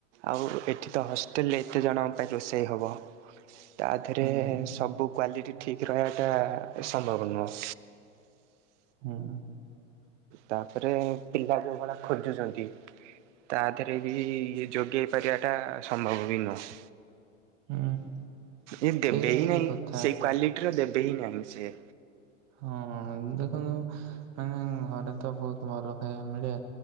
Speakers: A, on the right (about 70°); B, on the right (about 45°).
A: ଆଉ ଏଠି ତ ହଷ୍ଟେଲରେ ଏତେ ଜଣଙ୍କ ପାଇଁ ରୋଷେଇ ହବ। ତା ଦେହରେ
B: ହୁଁ
A: ସବୁ କ୍ଵାଲିଟି ଠିକ୍ ରହିବାଟା ସମ୍ଭବ ନୁହଁ।
B: ହୁଁ
A: ତାପରେ ପିଲା ଯୋଉ ଭଳିଆ ଖୋଜୁଛନ୍ତି। ତା ଦେହରେ ବି ଇଏ ଯୋଗେଇ ପାରିବାଟା ସମ୍ଭବ ବି ନୁହଁ।
B: ହୁଁ।
A: ଇ ଦେବେ
B: ସେଇଟା
A: ହିଁ
B: ହଉଛି
A: ନାହିଁ
B: କଥା।
A: ସେଇ କ୍ଵାଲିଟିର ଦେବେ ହିଁ ନାହିଁ ସିଏ।
B: ହଁ ଦେଖନ୍ତୁ ମାନେ ଘରେ ତ ବହୁତ ଭଲ ଖାଇବା ମିଳେ